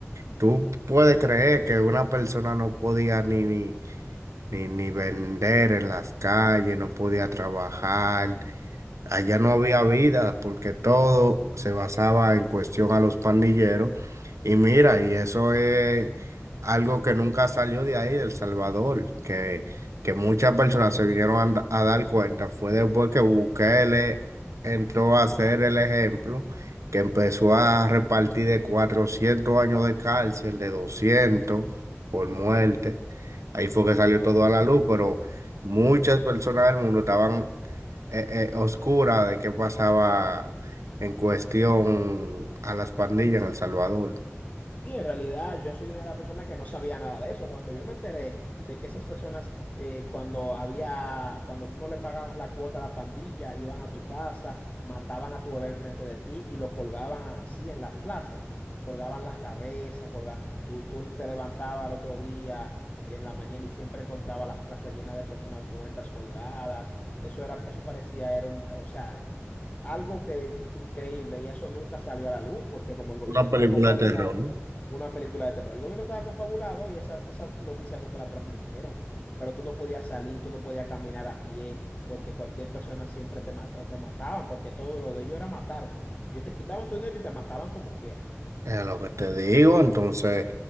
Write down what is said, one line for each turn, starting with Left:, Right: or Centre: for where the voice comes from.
Right: Tú puedes creer que una persona no podía ni, ni ni, ni vender en las calles, no podía trabajar, Allá no había vida porque todo se basaba en cuestión a los pandilleros. Y mira, y eso es algo que nunca salió de ahí, del Salvador, que, que muchas personas se vinieron a, da- a dar cuenta. Fue después que Bukele entró a ser el ejemplo, que empezó a repartir de 400 años de cárcel, de 200 por muerte. Ahí fue que salió todo a la luz, pero muchas personas del mundo estaban eh, eh, oscura de qué pasaba en cuestión a las pandillas en El Salvador.
Left: Sí, en realidad yo soy una de las personas que no sabía nada de eso. Cuando yo me enteré de que esas personas, eh, cuando había, cuando tú no le pagabas la cuota a la pandilla, iban a tu casa, mataban a tu bebé enfrente de ti y lo colgaban así en las plazas, colgaban las cabezas, colgaban, tú, tú te levantabas al otro día en la mañana y siempre encontraba las plazas llenas de personas muertas, colgadas. Eso era, eso parecía, era un, o sea, algo que increíble y eso nunca salió a la luz porque como el gobierno
Right: Una
Left: estaba
Right: película
Left: confabulado
Right: de terror, ¿no?
Left: una película de terror. El gobierno estaba confabulado y esa, esa noticia nunca la transmitieron, pero tú no podías salir, tú no podías caminar a pie, porque cualquier persona siempre te mataba o te mataban, porque todo lo de ellos era matarte. Ellos te quitaban tu dinero y te mataban como quiera.
Right: Es lo que te digo, entonces